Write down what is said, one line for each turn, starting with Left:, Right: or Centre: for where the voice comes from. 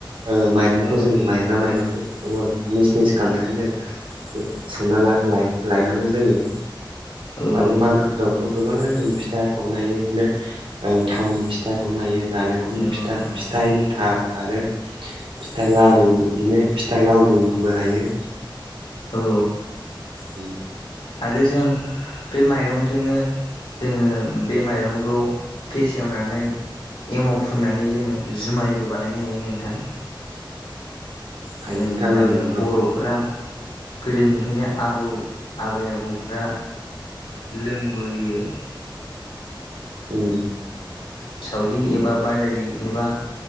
Right: ओ माइरंखौ
Left: औ
Right: जों माइब्रा
Left: नंगौ
Right: माइरंखौ उवालआव मिसमिस खालामनानै जों संना ला लायनांगौ जायो
Left: नोंथां औ
Right: आरो मागोफ्राव थ' गोबां रोखोमनि फिथा सावनो हायो इदिनो ओ थावनि फिथा सावनो हायो नालें खरनि
Left: नंगौ
Right: फिथा,
Left: नंगौ नोंथां
Right: फिथा एनथाब आरो फिथा लारु बिदिनो फिथा लावदुमबो हायो
Left: औ
Right: उम
Left: आरो जों बे माइरंजोंनो जोङो बे माइरंखौ फेसेवनानै एमाव फुननानै जोङो जुमायबो बानायनो हायो नोंथां।
Right: हायो
Left: जों
Right: नोंथां
Left: माने
Right: ओं नंगौ
Left: बर'फोरा गोदोनिफ्रायनो आबौ आबै आबौफ्रा लोंबोयो
Right: उम
Left: सावरि एबा बादालि एबा